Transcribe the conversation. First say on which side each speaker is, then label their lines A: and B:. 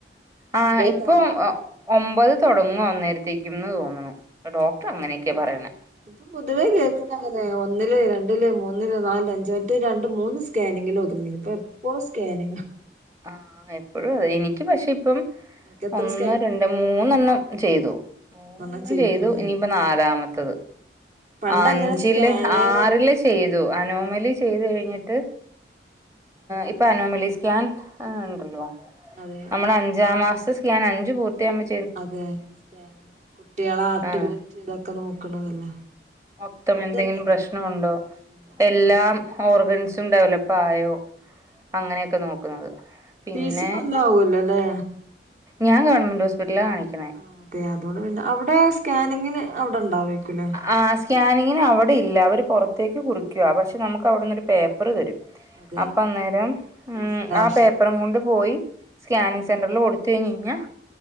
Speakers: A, on the right (about 15°); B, on the right (about 40°).
A: ആ
B: ഒമ്പതാ
A: ഇപ്പൊ ഒമ്പത് തുടങ്ങും അന്നേരത്തേക്കുന്ന് തോന്നുന്നു ഡോക്ടർ അങ്ങനെയൊക്കെയ പറയണേ
B: ഇപ്പൊ പൊതുവേ കേൾക്കന്നെ അങ്ങനെ ഒന്നില് രണ്ട് രണ്ട്ല് മൂന്നില് നാല്ല് അഞ്ച് മറ്റേ രണ്ട് മൂന്ന് സ്കാനിങ്ങന് ഒതുങ്ങിന്ന് ഇപ്പൊ എപ്പോളും സ്കാനിങ്ങാ.
A: ആഹ് എപ്പോഴും അതെ എനിക്ക് പക്ഷെ ഇപ്പം
B: നിനക്ക് എത്ര
A: ഒന്ന്
B: സ്കാൻ
A: രണ്ട് മൂന്നെണ്ണം ചെയ്തു. മൂന്നെണ്ണം
B: മൂന്നെണ്ണം ചെയ്തിട്ടില്ലേ
A: ചെയ്തു ഇനിയിപ്പ നാലാമത്തത്.
B: പണ്ട്
A: അഞ്ചില്
B: അങ്ങനെ സ്കാനിങ്
A: ആറില് ചെയ്തു അനോമലി ചെയ്തു കഴിഞ്ഞിട്ട്. ഇപ്പൊ അനോമലി സ്കാൻണ്ടല്ലോ
B: അതെ
A: നമ്മുടെ അഞ്ചാം മാസ ലെ സ്കാൻ അഞ്ചു പൂർത്തിയാവുമ്പോ
B: അതെ സ്കാൻ കുട്ട്യാളെ ആർട്ട്ബീറ്റ്
A: ആഹ്
B: ഇതൊക്കെ നോക്കണതല്ലേ?
A: മൊത്തം
B: അതല്ലേ
A: എന്തെങ്കിലും പ്രശ്നമുണ്ടോ
B: ആഹ് പ്രശ്നണ്ടോ
A: എല്ലാം ഓർഗാൻസും ഡെവലപ്പ് ആയോ അങ്ങനെയൊക്കെ നോക്കുന്നത്. പിന്നെ
B: പീസ് നല്ലെ ആവുല്ലാലെ.
A: ഞാൻ ഗവണ്മെന്റ് ഹോസ്പിറ്റലാണ് കാണിക്ക്‌
B: ആ അതെ അതുകൊണ്ട് പിന്നെ അവിടെ സ്കാനിങ്ങിന് അവിടെണ്ടാവെയ്ക്കുല്ലേ.
A: ആ സ്കാനിങ്ങിന് അവിടെ ഇല്ല അവര് പുറത്തേക്ക് കുറിക്കുവ പക്ഷെ നമുക്ക് അവിടെന്നൊരു പേപ്പറ് തരും.
B: അതെ
A: അപ്പം അന്നേരം ഉ
B: ഫീസിന്റെ
A: ആ
B: ആവശ്യം
A: പേപ്പറും കൊണ്ട് പോയി സ്കാനിങ് സെന്ററിൽ കൊടുത്ത് കഴിഞ്ഞെഞ്ഞാൽ